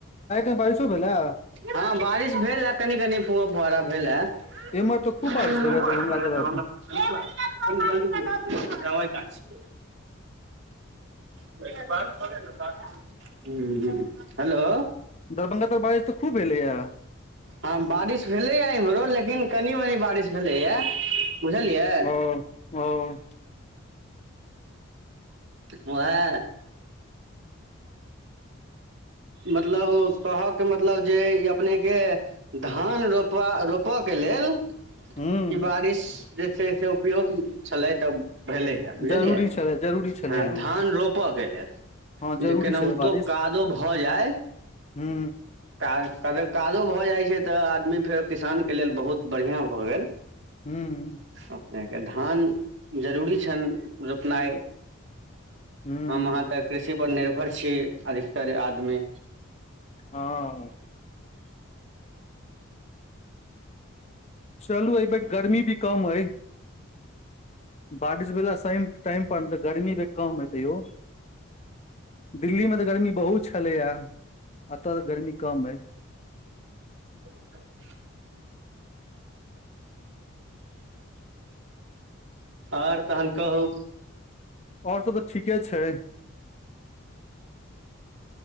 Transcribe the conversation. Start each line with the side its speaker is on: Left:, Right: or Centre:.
Left: बारिशों भेला
Right: हँ बारिश भेल आ कनि कनि <unintelligible>
Left: एम्हर तऽ खूब बारिश भेलै दरभंगा तरफ
Right: <unintelligible> <unintelligible> हेलो
Left: दरभंगा तरफ बारिश तऽ खूब एलैया
Right: हँ बारिश भेलैए इम्हरो लेकिन कनि मनी बारिश भेलैए बुझलियै
Left: ओ ह -औ ह
Right: वोहा मतलब कहऽके मतलब जे ई अपनेॅं के धान रोपा रोपकऽ लेल
Left: हूँ
Right: ई बारिश जे छै से उपयोग छलै तऽ भेलै। बुझलियै
Left: जरूरी छलै जरूरी छलैया
Right: हँ धान रोपऽ के लेल
Left: हँ जरूरी
Right: जे केनाहो
Left: छलै बारिश
Right: कादो भऽ जाय।
Left: हूँ
Right: काज कनी कादो भऽ जाइत छै तऽ आदमी फेर किसानके लेल बहुत बढ़िआँ भऽ गेल।
Left: हूँ।
Right: अपनेके धान जरूरी छैइन रोपनाइ।
Left: हूँ
Right: हम-अहाँ तऽ कृषिपर निर्भर छी, अधिकतर आदमी।
Left: हँ। चलू एहि बेर गर्मी भी कम अयऽ। बारिश भेला साइन टाइम पर नेॅं तऽ गर्मी भी कम हेतै यौ। दिल्ली में तऽ गर्मी बहुत छलैएा। एतऽ तऽ गर्मी कम अइ।
Right: <inaudible> आओर तहन कऽहू।
Left: आओर सब तऽ ठीके छै।